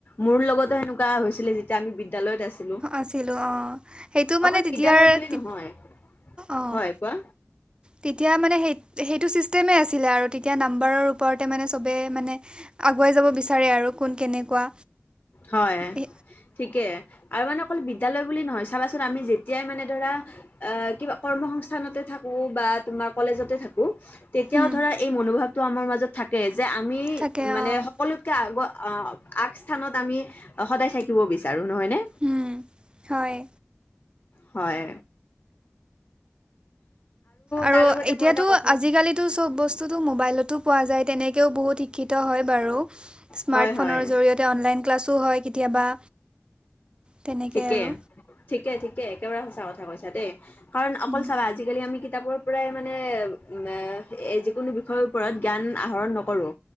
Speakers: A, on the left; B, on the right.
A: মোৰ লগতে সেনেকোৱা হৈছিলে, যেতিয়া আমি বিদ্যালয়ত আছিলো।
B: আছিলো অঁ। সেইটো মানে
A: অকল
B: তেতিয়াৰ
A: বিদ্যালয় বুলি
B: তিত
A: নহয়
B: অঁ-
A: হয় কোৱা
B: তেতিয়া মানে সেই সেইটো ছিষ্টেমেই আছিলে আৰু তেতিয়া নাম্বাৰৰ ওপৰতে মানে চবেই মানে- আগুৱাই যাব বিচাৰে আৰু। কোন কেনেকুৱা
A: হয়।
B: এ,
A: ঠিকে, আৰু মানে অকল বিদ্যালয় বুলি নহয় চাবাচোন আমি যেতিয়াই মানে ধৰা- আহ কিবা কৰ্ম সংস্থানতে থাকো বা তোমাৰ কলেজতে থাকো- তেতিয়াও
B: উম,
A: ধৰা এই মনোভাৱটো আমাৰ মাজত থাকে, যে আমি
B: থাকে
A: মানে
B: অঁ
A: সকলোতকে আগ অ আগস্থানত আমি সদায় থাকিব বিচাৰো নহয় নে
B: উম হয়
A: হয়
B: আৰু
A: তাৰ লগতে
B: এতিয়াতো
A: মোৰ এটা কথা
B: আজিকালিতো চব ব স্তুটো মোবাইলতো পোৱা যায় তেনেকেও বহুত শিক্ষিত হয় বাৰু স্মাৰ্ট
A: হয় হয়
B: ফোনৰ জৰিয় তে অনলাইন ক্লাছো হয় কেতিয়াবা তেনেকৈ
A: ঠিকে
B: আৰু
A: ঠিকে ঠিকে একেবাৰে সঁচা কথা কৈছা দেই কাৰণ অকল
B: উম,
A: চাবা আজিকালি আমি কিতাপৰ পৰাই মানে উম এ যিকোনো বিষয় ওপৰত জ্ঞান আহৰণ নকৰো